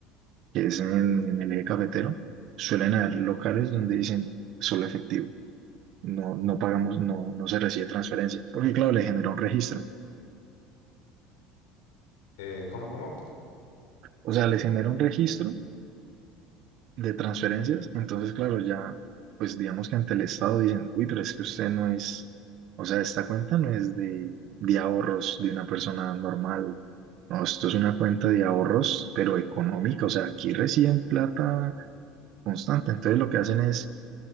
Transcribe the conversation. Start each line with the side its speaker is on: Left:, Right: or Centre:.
Right: que es en, en el eje cafetero, suelen haber locales donde dicen solo efectivo. No, no pagamos, no, no se recibe transferencia, porque claro, le genera un registro.
Left: Eh, ¿Cómo, cómo?
Right: O sea, les genera un registro de transferencias, entonces claro, ya, pues digamos que ante el Estado dicen, uy, pero es que usted no es, o sea, esta cuenta no es de, de ahorros de una persona normal, no, esto es una cuenta de ahorros, pero económica, o sea, aquí reciben plata constante, entonces lo que hacen es